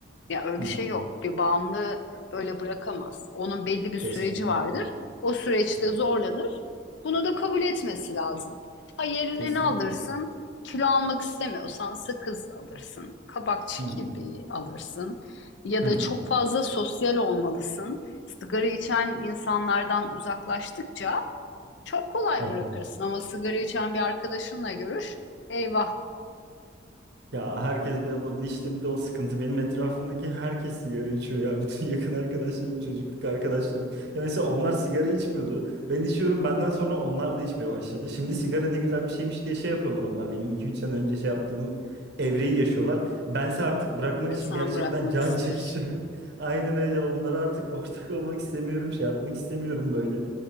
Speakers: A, on the left; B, on the right.
A: Ya öyle
B: hı
A: bir
B: hı,
A: şey yok. Bir bağımlı böyle bırakamaz. Onun belli bir süreci
B: kesinlikle.
A: vardır. O süreçte
B: Hı,
A: zorlanır. Bunu da kabul etmesi lazım. Ha yerine
B: kesinlikle.
A: ne alırsın? Kilo almak istemiyorsan sakız alırsın, kabak çekirdeği
B: Hı hı,
A: alırsın ya
B: hı
A: da çok fazla sosyal olmalısın. Sigara içen insanlardan uzaklaştıkça çok kolay
B: hı.
A: bırakırsın ama sigara içen bir arkadaşınla görüş, eyvah
B: Ya herkes bir abla bir işte bir de o sıkıntı. Benim etrafımdaki herkes sigara içiyor ya. <laughs> Bütün yakın arkadaşlarım, çocukluk arkadaşlarım. Ya mesela onlar sigara içmiyordu. Ben içiyorum benden sonra onlar da içmeye başladı. Şimdi sigara ne güzel bir şeymiş diye şey yapıyorlar onlar. Benim iki üç sene önce şey yaptığım evreyi yaşıyorlar. Bense artık bırakmak
A: şimdi
B: için
A: sen
B: gerçekten
A: bırakmak
B: can
A: istiyorsun.
B: çekişiyorum. <laughs> Aynen öyle onlara artık ortak olmak istemiyorum. Şey yapmak istemiyorum böyle.